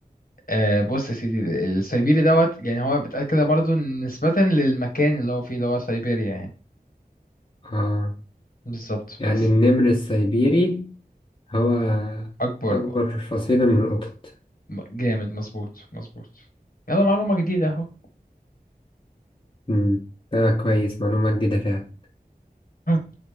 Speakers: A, on the left; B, on the left.
A: آه، بص يا سيدي السيبيري دوت يعني هو بيتقال كده برضو نسبة للمكان اللي هو فيه اللي هو سيبيريا يعني
B: آه
A: بالظبط
B: يعني
A: بس
B: النمر السيبيري هو
A: اكبر
B: أكبر فصيلة من القطط
A: جامد مظبوط مظبوط يلا معلومة جديدة اهو
B: مم. ده كويس معلومة جديدة فعلا
A: <laughs>